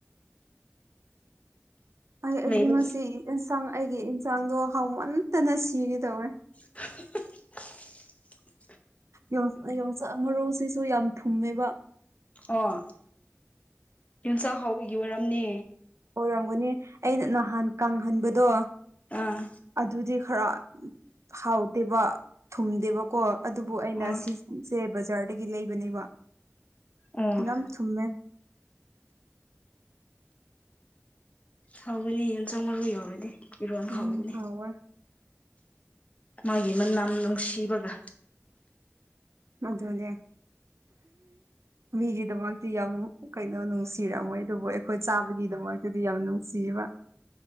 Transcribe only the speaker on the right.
ꯑꯩ ꯑꯩꯗꯤ
ꯉꯁꯤ ꯏꯟꯁꯥꯡ ꯑꯩꯒꯤ ꯏꯟꯁꯥꯡꯗꯣ ꯍꯥꯎꯃꯟꯇꯅ ꯁꯤꯒꯦ ꯇꯧꯋꯦ
ꯌꯣ ꯌꯣꯡꯆꯥꯛ ꯃꯔꯨꯁꯤꯁꯨ ꯌꯥꯝ ꯊꯨꯝꯃꯦꯕ
ꯑꯣꯏꯔꯝꯒꯅꯤ ꯑꯩꯅ ꯅꯍꯥꯟ ꯀꯪꯍꯟꯕꯗꯣ
ꯑꯗꯨꯗꯤ ꯈꯔ ꯍꯥꯎꯗꯦꯕ ꯊꯨꯝꯗꯦꯕꯀꯣ ꯑꯗꯨꯕꯨ ꯑꯩꯅ
ꯁꯤ ꯁꯦ ꯕꯖꯥꯔꯗꯒꯤ ꯂꯩꯕꯅꯦꯕ
ꯌꯥꯝ ꯊꯨꯝꯃꯦ
ꯎꯝ
ꯍꯥꯎꯋꯦ
ꯑꯗꯨꯅꯦ ꯃꯤꯒꯤꯗꯃꯛꯇꯤ ꯌꯥꯝ ꯀꯩꯅꯣ ꯅꯨꯡꯁꯤ ꯊꯤꯔꯝꯃꯣꯏ ꯑꯗꯨꯕꯨ ꯑꯩꯈꯣꯏ ꯆꯥꯕꯒꯤꯗꯃꯛꯇꯗꯤ ꯌꯥꯝ ꯅꯨꯡꯁꯤꯕ